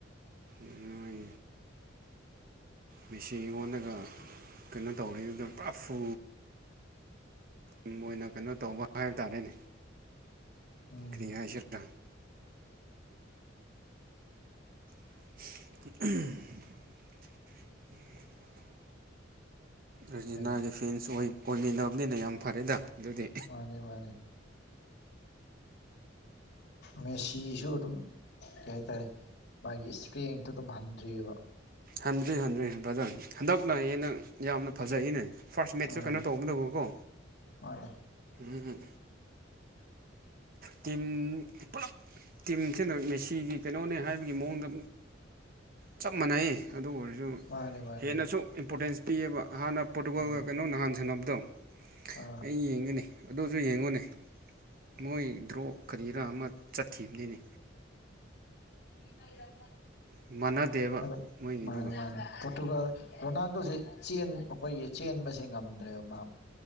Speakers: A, on the right; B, on the left.
A: ꯍ ꯃꯦꯆꯤꯟ ꯑꯣꯣꯟꯂꯒ ꯀꯩꯅꯣ ꯇꯧꯔꯤꯗꯨꯗ ꯄꯨꯐꯨ ꯑꯣꯏꯅ ꯀꯩꯅꯣ ꯇꯧꯕ ꯍꯥꯏꯕ ꯇꯥꯔꯦꯅꯦ
B: ꯎꯝ
A: ꯀꯔꯤ ꯍꯥꯏ ꯁ꯭ꯔꯥ ꯎ ꯑꯔꯖꯤꯅꯥꯒꯤ
B: ꯀꯔꯤ
A: ꯐꯦꯟꯁ ꯑꯣꯏꯃꯤꯟꯅꯕꯅꯤꯅ ꯌꯥꯝ ꯐꯔꯦꯗ ꯑꯗꯨꯗꯤ
B: ꯃꯥꯅꯦ ꯃꯥꯅꯦ ꯃꯦꯁꯤꯁꯨ ꯑꯗꯨꯝ ꯀꯩ ꯍꯥꯏꯇꯥꯔꯦ ꯃꯥꯒꯤ ꯏꯁꯄ꯭ꯔꯦꯡꯇꯣ ꯑꯗꯨꯝ ꯍꯟꯗ꯭ꯔꯤꯑꯕ
A: ꯍꯟꯗ꯭ꯔꯤ ꯍꯟꯗ꯭ꯔꯤ ꯄ꯭ꯔꯖ ꯍꯟꯗꯛꯅꯩꯅ ꯌꯥꯝꯅ ꯐꯖꯏꯅꯦ ꯐꯥꯔꯁ ꯃꯦꯠꯁꯨ
B: ꯑꯥ
A: ꯀꯩꯅꯣ ꯇꯧꯕꯗꯧꯕꯀꯣ
B: ꯃꯥꯅꯦ
A: ꯎ ꯇ ꯄꯨꯂꯞ ꯇꯤꯝꯁꯤꯅ ꯃꯦꯁꯤꯒꯤ ꯀꯩꯅꯣꯅꯦ ꯍꯥꯏꯕꯒꯤ ꯃꯑꯣꯡꯗ ꯆꯞ ꯃꯥꯟꯅꯩ ꯑꯗꯨ ꯑꯣꯏꯔꯗꯤ ꯑꯗꯨ
B: ꯃꯥꯅꯦ ꯃꯥꯅꯦ
A: ꯍꯦꯟꯅꯁꯨ
B: ꯃꯥꯅꯦ
A: ꯏꯝꯄꯣꯔꯇꯦꯟꯁ ꯄꯤꯌꯦꯕ ꯍꯥꯟꯅ ꯄꯣꯔꯇꯨꯒꯜꯒ
B: ꯃꯥ
A: ꯀꯩꯅꯣ ꯅꯍꯥꯟ ꯁꯥꯟꯅꯕꯗꯣ
B: ꯑꯥ
A: ꯑꯩ ꯌꯦꯡꯒꯅꯤ ꯑꯗꯨꯁꯨ ꯌꯦꯡꯉꯨꯅꯦ ꯃꯣꯏ ꯗ꯭ꯔꯣ ꯀꯔꯤꯔꯥ ꯑꯃ ꯆꯠꯈꯤꯕꯅꯤꯅꯤ
B: ꯥꯏ ꯊ ꯃꯥꯣ
A: ꯃꯥꯟꯅꯗꯦꯕ
B: ꯑ
A: ꯃꯣꯏꯒꯤꯗꯨꯒ
B: ꯃꯥꯅꯦ ꯃꯥꯅꯦ ꯄꯣꯇꯨꯒ ꯔꯣꯅꯥꯜꯗꯣ ꯑꯩꯈꯣꯏꯒꯤ ꯆꯦꯟꯕꯁꯦ ꯉꯝꯗ꯭ꯔꯦꯕ ꯃꯥ